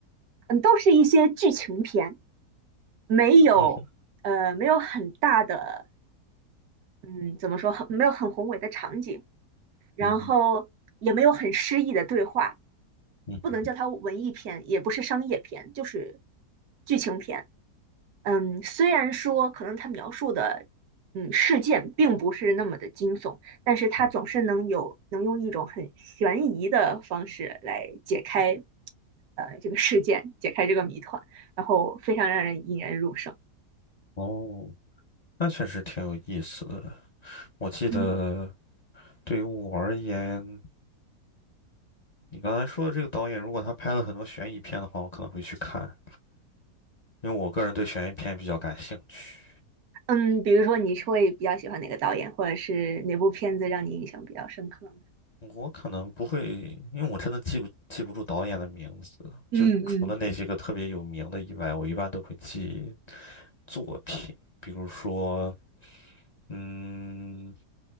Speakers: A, on the right (about 70°); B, on the left (about 50°).
A: 嗯，都是一些剧情片，没有，
B: 嗯哼
A: 呃，没有很大的，嗯，怎么说，很没有很宏伟的场景，然后也没有很诗意的对话，
B: 嗯哼嗯哼
A: 不能叫它文艺片，也不是商业片，就是剧情片。嗯，虽然说可能它描述的嗯事件并不是那么的惊悚，但是它总是能有能用一种很悬疑的方式来解开
B: 嗯，
A: 呃这个事件，解开这个谜团，然后非常让人引人入胜。
B: 哦，那确实挺有意思的。我记得
A: 嗯，
B: 对于我而言。你刚才说的这个导演，如果他拍了很多悬疑片的话，我可能会去看，因为我个人对悬疑片比较感兴趣。
A: 嗯，比如说你是会比较喜欢哪个导演，或者是哪部片子让你印象比较深刻呢
B: 我可能不会，因为我真的记不记不住导演的名字，
A: 嗯嗯。
B: 就除了那些个特别有名的以外，我一般都会记作品。比如说，嗯，